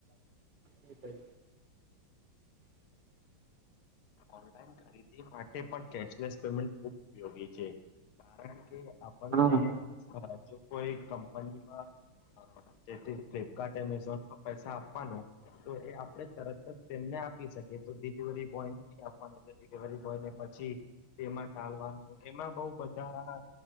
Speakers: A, on the right; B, on the left.
A: તમને. <unintelligible>
B: ઓનલાઈન ખરીદી માટે પણ કેશલેસ પેમેન્ટ ખૂબ ઉપયોગી છે. કારણ કે આપણને
A: હા
B: જો કોઈ કંપનીમાં જેથી ફ્લિપકાર્ટ એમેઝોન પર પૈસા આપવાનો તો એ આપડણે તરત જ તેમના આપી શકી તો ડિલિવરી બોયને નહી આપવાનું ડિલિવરી બોય ને પછી તેમાં ટાલવાનું એમાં બહ બધા